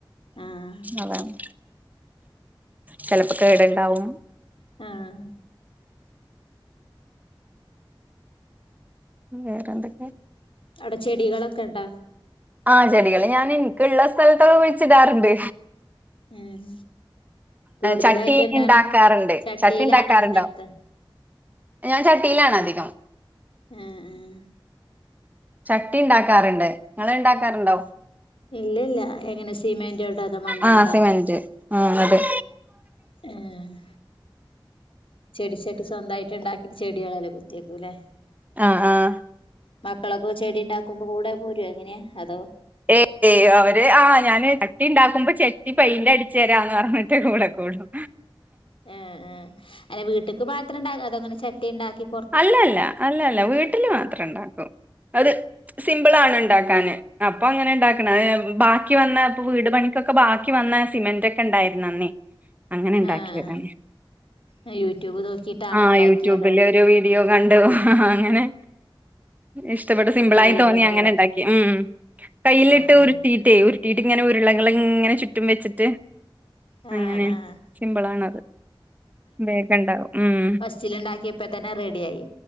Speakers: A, on the left; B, on the right.
A: ആഹ്
B: അതാണ് ചെലപ്പ കേട്ണ്ടാവും
A: ആഹ്
B: വേറെ എന്തക്കെ
A: അവ്ടെ ചെടികളൊക്ക ഇണ്ട
B: ആ ചെടികള് ഞാന് ഇൻക്ക്ള്ള സ്ഥലത്തൊക്കെ കുഴിച്ചിടാറുണ്ട്
A: ഉം കൂടുതലായിട്ട്
B: ചട്ടി
A: എന്താണ്
B: ഇണ്ടാക്കാറ്ണ്ട്
A: ചട്ടിയിലാണോ
B: ചട്ടി ഇണ്ടാക്കാറുണ്ടോ
A: അതോ നിലത്ത്
B: ഞാൻ ചട്ടിയിലാണ് അധികം
A: ഉം ഉം
B: ചട്ടി ഇണ്ടാക്കാറ്ണ്ട് ഇങ്ങള് ഇണ്ടാക്കാറ്ണ്ടോ
A: ഇല്ലല്ല എങ്ങനെ സിമെന്റ് കൊണ്ടോ അതോ മണ്ണോണ്ടോ
B: ആ സിമെന്റ് ആ അതെ
A: ഏഹ് ചെടി ചട്ടി സ്വന്തായിട്ട് ഇണ്ടാക്കി ചെടികളയ്‌ല് കുത്തി വെക്കൂ ലെ
B: ആഹ് ആഹ്
A: മക്കളൊക്ക ചെടി ഇണ്ടാക്കുമ്പ കൂടെ പോരോ എങ്ങനെ അതോ
B: ഏയ് അവര് ആ ഞാന് ചട്ടി ഇണ്ടാക്കുമ്പ ചെട്ടി പെയിന്റടിച്ച് തരാന്ന് പർഞ്ഞിട്ട് കൂടെ കൂടും
A: ഏ ഏ അല്ല വീട്ട്ക്ക് മാത്രംണ്ട അതോ ഇങ്ങനെ ചട്ടി ഇണ്ടാക്കി
B: അല്ല അല്ല അല്ല അല്ല വീട്ടില് മാത്രം ഇണ്ടാക്കൂ അത് സിമ്പിളാണ് ഇണ്ടാക്കാന്. അപ്പങ്ങനെ ഇണ്ടാക്ക്ണ അത് ഞ ബാക്കി വന്ന ഇപ്പ വീട് പണിക്കൊക്കെ ബാക്കി വന്നെ സിമെന്റക്കെ ഇണ്ടായിര്ന്ന് അന്നേ. അങ്ങനെണ്ടാക്കിതാണ്
A: ആഹ് ആഹ് യൂട്യൂബ് നോക്കിട്ടാണോ
B: ആഹ്
A: ഉണ്ടാക്കിയതോ
B: യൂട്യൂബില് ഒരു വീഡിയോ കണ്ട് ഹാ അങ്ങനെ ഇഷ്ടപ്പെട്ട് സിംമ്പിളായി
A: ട്രൈ ചെയ്ത്
B: തോന്നി
A: നോക്കിയതൊക്കെ
B: അങ്ങനെ ണ്ടാക്കി ഉം കയ്യിലിട്ട്
A: ആഹ്
B: ഉര്ട്ടി ട്ട്യേ ഉര്ട്ടീട്ട് ഇങ്ങനെ ഉരുളകള് ങ്ങനെ ചുറ്റും വെച്ച്ട്ട്
A: ആഹ്
B: അങ്ങനെ
A: ആഹ്
B: സിമ്പിൾ ആണത് വേഗണ്ടാവു ഉം
A: ചില്ണ്ടാക്കിപ്പോ തന്നെ റെഡിയായി